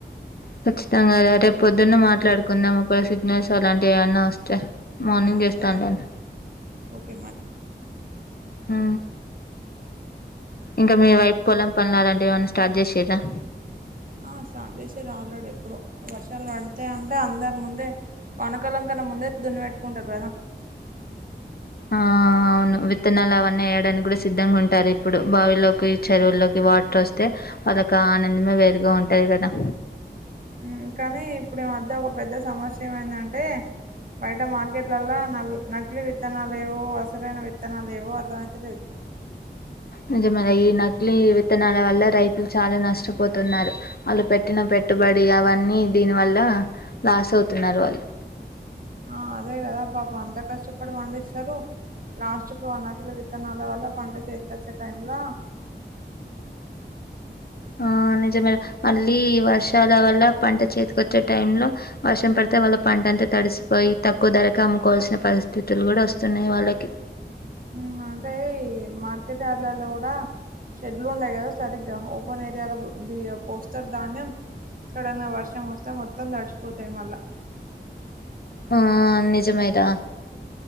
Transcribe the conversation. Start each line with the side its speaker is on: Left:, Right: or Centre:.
Left: ఖచ్చితంగా రా రేపు పొద్దున్న మాట్లాడుకుందాం ఒక వేళ సిగ్నల్స్ అలాంటివి ఏవన్నా వస్తే మార్నింగ్
Right: ఆ,
Left: జేస్తా
Right: సరే
Left: నేన్
Right: ఓకే మరి
Left: అ ఇంక మీ వైపు పొలం పండ్లు అలాంటివి ఏమన్నా స్టార్ట్ జేసిర్రా
Right: ఆ స్టార్ట్ చేసిర్రు ఆల్రెడీ ఎప్పుడో వర్షాలు వడితే అంటే అందరు ముందే వానకాలంకన్న ముందే దున్ను పెట్టుకుంటారు కదా
Left: ఆ అవును విత్తనాలు అవన్నీ ఏయడానికి కూడా సిద్ధంగా ఉంటారు ఇప్పుడు బావిల్లోకి చెరువుల్లోకి వార్టొస్తే అదొక ఆనందమే వేరుగా ఉంటాది కదా
Right: ఉమ్ కానీ ఇప్పుడు ఈ మధ్య ఒక పెద్ద సమస్య ఏమైందంటే బయట మార్కెట్లలో నల్ నకిలీ విత్తనాేవో వసలైన విత్తనాలువో అర్థ అయిత లేదు
Left: నిజమ ఈ నకిలీ విత్తనాల వల్ల రైతులు చాలా నష్టపోతున్నారు వాళ్ళు పెట్టిన పెట్టి పెట్టుబడి అవన్నీ దీని వల్ల లాస్ అవుతున్నారు వాళ్ళు
Right: ఆ అదే కదా పాపం అంతా కష్టపడి పండిస్తారు లాస్ట్కి వన్కులో విత్తనాల వల్ల పంట చేతికి వచ్చే టైం లో
Left: ఆ నిజేమే మళ్ళీ వర్షాల వల్ల పంట చేతికొచ్చే టైం లో వర్షం పడితే వాళ్ళ పంట అంతా తడిసిపో పోయి తక్కువ ధరకె అమ్ముకోవాల్సిన పరిస్థితులు కూడా వస్తున్నాయి వాళ్ళకి
Right: ఉ అంటే మార్కెట్ యార్డ్లలో కూడా షెడ్యూల్ ఉండయి కదా సరిగా ఓపన్ ఏరియా బి పోస్టర్ ధాన్యం సడన్ గా వర్షం వస్తే మొత్తం తడిచిపోతాయి మళ్ళా
Left: ఆ నిజమే రా